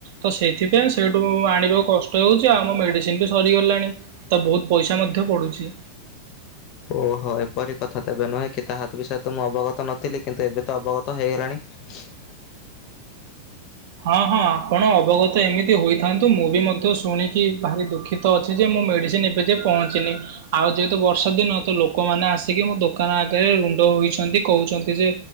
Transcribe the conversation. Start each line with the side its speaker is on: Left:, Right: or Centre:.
Right: ତ ସେଥିପାଇଁ ସେଇଠୁ ଆଣିବାକୁ କଷ୍ଟ ହେଉଚି ଆଉ ମୋ ମେଡ଼ିସିନ ବି ସରିଗଲାଣି। ତ ବହୁତ ପଇସା ମଧ୍ୟ ପଡ଼ୁଛି।
Left: ଓହୋ ଏପରି କଥା ତେବେ ନୁହେଁ କି ତାହାତ ବିଷୟରେ ତ ମୁଁ ଅବଗତ ନଥିଲି କିନ୍ତୁ ଏବେ ତ ଅବଗତ ହେଇଗଲାଣି। ହଁ <unintelligible>
Right: ହଁ ହଁ ଆପଣ ଅବଗତ ଏମିତି ହୋଇଥାନ୍ତୁ ମୁଁ ବି ମଧ୍ୟ ଶୁଣିକି ଭାରି ଦୁଃଖୀ ଦୁଃଖିତ ଅଛି ଯେ ମୋ ମେଡ଼ିସିନ୍ ଏବେ ଯାଏଁ ପହଞ୍ଚିନି। ଆଉ ଯେହେତୁ ବର୍ଷା ଦିନ ତ ଲୋକମାନେ ଆସିକି ମୋ ଦୋକାନ ଆଗରେ ରୁଣ୍ଡ ହୋଇଛନ୍ତି କହୁଛନ୍ତି ଯେ